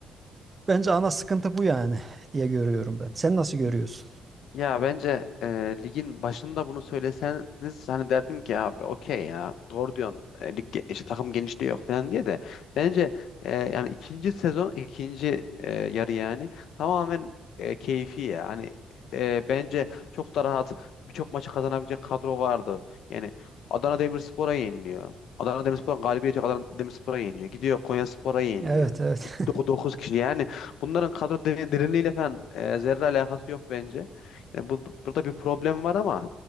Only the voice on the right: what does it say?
Bence ana sıkıntı bu yani diye görüyorum ben. Sen nasıl görüyorsun?
Evet, evet.